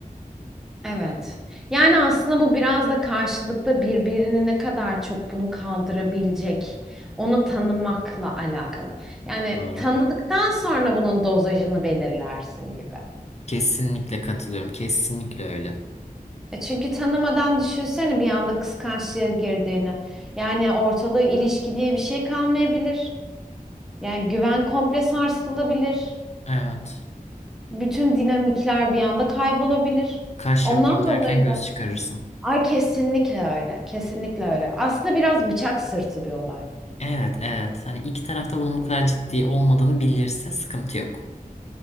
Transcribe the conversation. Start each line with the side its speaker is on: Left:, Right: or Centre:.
Centre: Evet. Yani aslında bu biraz da karşılıklı birbirini ne kadar çok bunu kaldırabilecek, onu tanımakla alakalı. Yani
Left: Doğru.
Centre: tanıdıktan sonra bunun dozajını belirlersin gibi.
Left: Kesinlikle katılıyorum. Kesinlikle öyle.
Centre: E Çünkü tanımadan düşünsene bir anda kıskançlığa girdiğini. Yani ortada ilişki diye bir şey kalmayabilir. Yani güven komple sarsılabilir.
Left: Evet.
Centre: Bütün dinamikler bir anda kaybolabilir.
Left: Kaş
Centre: Ondan
Left: yapayım derken
Centre: dolayı
Left: göz
Centre: da.
Left: çıkarırsın.
Centre: Ay kesinlikle öyle. Kesinlikle öyle. Aslında biraz bıçak sırtı bir olay.
Left: Evet, evet. Hani iki tarafta bunun bu kadar ciddi olmadığını bilirse sıkıntı yok.